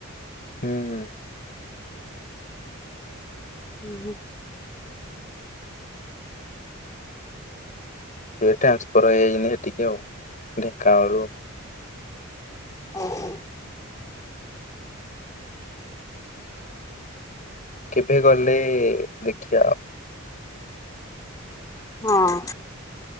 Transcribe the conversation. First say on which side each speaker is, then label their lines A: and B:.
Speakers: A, on the left (about 40°); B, on the left (about 15°).
A: ହୁଁ ହୁଁ।
B: ହୁଁ ହୁଁ।
A: ସେ ଟ୍ରାନସ୍ଫର ହେଇଯାଇଛନ୍ତି ସେଠିକି ଆଉ ଢେଙ୍କାନାଳ ରୁ
B: ଓହୋ।
A: କେବେ ଗଲେ ଦେଖିବା ଆଉ।
B: ହଁ।